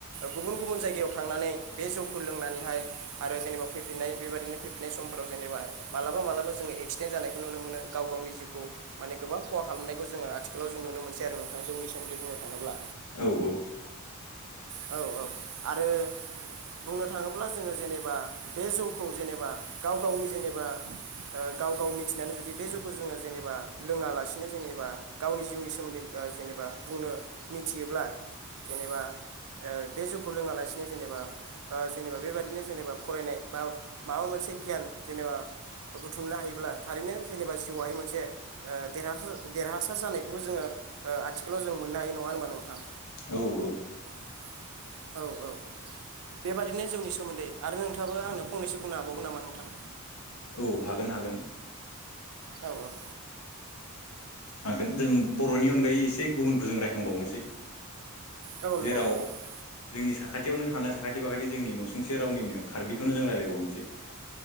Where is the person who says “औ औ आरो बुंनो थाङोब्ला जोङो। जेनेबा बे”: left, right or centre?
Right